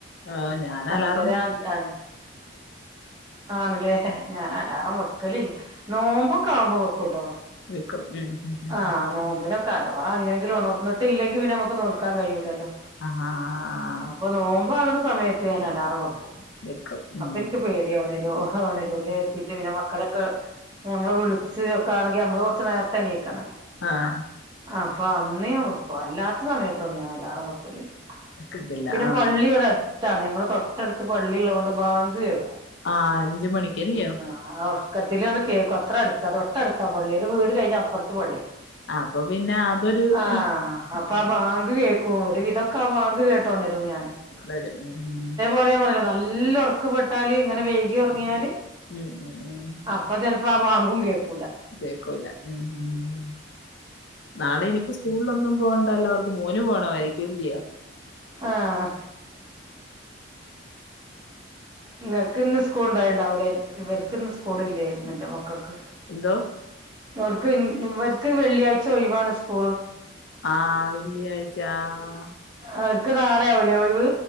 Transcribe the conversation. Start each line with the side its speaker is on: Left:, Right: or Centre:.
Left: ആഹ് ഞാനലാ
Right: <unintelligible> ആണ്ല്ലേ? ഞാനലാറം വെക്കലില്ല നോമ്പൊക്കാവുമ്പോ വെക്കൂട്ടോ
Left: വെക്കും ഉം ഉം ഉം
Right: ആ
Left: ഉം
Right: നോമ്പിനോ ക്ക അഥവാ അങ്ങനെങ്കിലും ഒണർന്നിട്ട്ല്ലെങ്കി പിന്ന നമ്മക്ക് നോല്ക്കാൻ കഴിയൂല്ലല്ലോ
Left: ആഹ് ആഹ് ആഹ് ആഹ് ആഹ്
Right: അപ്പ നോമ്പോവണ സമയത്ത് ഞാൻ അലാറം വെക്കും.
Left: വെക്കും
Right: അപ്പ
Left: ഉം
Right: എനിക്ക് പേട്യാ. ഓണര്വോ? ഓണരൂലേ എത്തിട്ട് പിന്നെ മക്കളെ ക്ക് ഞമ്മള് വിളിച്ച് ഒക്കെ ആണെങ്കി നമ്മള് കൊറച്ച് നേർത്തെ എണീക്കണല്ലോ
Left: ആഹ്
Right: ആഹ് അപ്പ അന്ന് ഞാൻ വെക്കും. അല്ലാത്ത സമയത്തൊന്ന് അലാറം വെക്കലില്ല.
Left: വെക്കത്തില്ല
Right: പിന്നെ
Left: ആ
Right: പള്ളി ഇവടെ അടുത്താണ്. ഞങ്ങടെ തൊട്ടടുത്ത് പള്ളിള്ളത് കൊണ്ട് ബാങ്ക് കേക്കും
Left: ആഹ് അഞ്ച് മണിക്കല്ല്യോ
Right: ആഹ് ഒറക്കത്തിലുങ്ങട് കേക്കും അത്ര അടുത്താ തൊട്ടടുത്താ പള്ളി. ഒരു വീട് കഴിഞ്ഞാ അപ്പറത്ത് പള്ള്യാ
Left: ആ അപ്പൊ പിന്നെ അതൊരു
Right: ആഹ്
Left: ഉം
Right: അപ്പ ആ ബാങ്ക് കേക്കും. ഒരു വിധൊക്കെ ആ ബാങ്ക് കേട്ടോണരും ഞാന്.
Left: അതെ അതെ ഉം ഉം
Right: ഇപ്പ ഞാൻ പറഞ്ഞില്ലേ? നല്ല ഒറക്ക് പെട്ടാല് ഇങ്ങനെ വൈകി ഒറങ്ങ്യല്
Left: ഉം ഉം ഉം
Right: അപ്പ ചെൽപ്പോ ആ ബാങ്കും കേക്കും
Left: കേക്കൂല്ല ഉം നാളെ ഇനിപ്പോ സ്കൂളിലൊന്നും പോവണ്ടല്ലോ അവ മോന് പോണമായിരിക്കും അല്ല്യോ
Right: ആഹ് ഇങ്ങക്ക് ഇന്ന് സ്കൂൾണ്ടായിണ്ടാവൂലേ? ഇവർക്ക് ഇന്ന് സ്കൂളില്ലായിരുന്നു ഇൻ്റെ മക്കക്ക്
Left: എന്തോ?
Right: ഓർക്ക് ഇവർക്ക് വെള്ളിയാഴ്ച ഒയിവാണ് സ്കൂള്
Left: ആഹ് വെള്ളിയാഴ്ചാ ആഹ്
Right: അവർക്ക് നാളെയാവൂല്ലേ ഒഴിവ്?